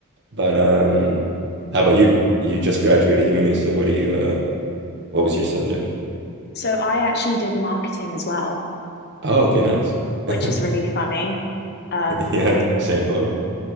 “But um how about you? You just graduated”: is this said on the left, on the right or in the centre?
Right